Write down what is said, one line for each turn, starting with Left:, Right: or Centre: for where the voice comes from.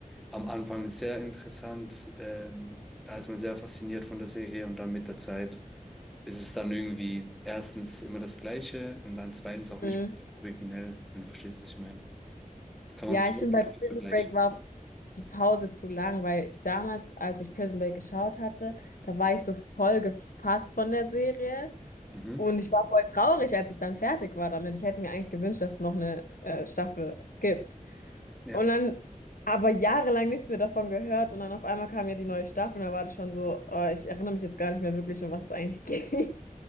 Centre: am Anfang sehr interessant. Ähm, da ist man sehr fasziniert von der Serie und dann mit der Zeit ist es dann irgendwie erstens immer das Gleiche und dann zweitens auch nicht
Left: Mhm.
Centre: originell, wenn du verstehst, was ich meine. Das kann
Left: Ja,
Centre: man so
Left: ich finde, bei Prison
Centre: vergleichen.
Left: Break war auch die Pause zu lang, weil damals, als ich Prison Break geschaut hatte, da war ich so voll gefasst von der Serie
Centre: Mhm.
Left: und ich war voll traurig, als ich dann fertig war damit. Ich hätte mir eigentlich gewünscht, dass es noch eine äh, Staffel gibt.
Centre: Ja,
Left: Und dann aber jahrelang nichts mehr davon gehört und dann auf einmal kam ja die neue Staffel und da war das schon so, äh, ich erinnere mich jetzt gar nicht mehr wirklich, um was es eigentlich ging. <laughs>